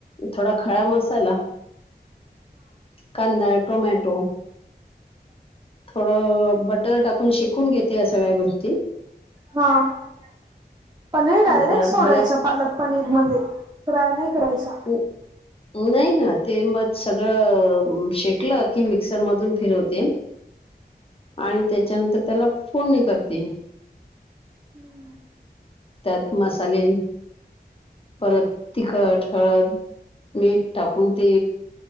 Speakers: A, on the left; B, on the right.
A: थोडां खडा मसाला. कांदा, टोमॅटो. थोडं बटर टाकून शिकून घेते या सगळ्या गोष्टी
B: ह्म. <inaudible> पनीर डायरेक्ट
A: जरा
B: सोडायचा
A: बऱ्या
B: पालक पनीर मध्ये फ्राय नाही करायचा
A: हो नाही ना ते मग सगळं शेकलं की मिक्सर मधून फिरवते
B: <unintelligible>
A: आणि त्याच्यानंतर त्याला फोन नि करते
B: <unintelligible>
A: त्यात मसाले. परत तिखटं, हळदं. मीठ टाकून, ती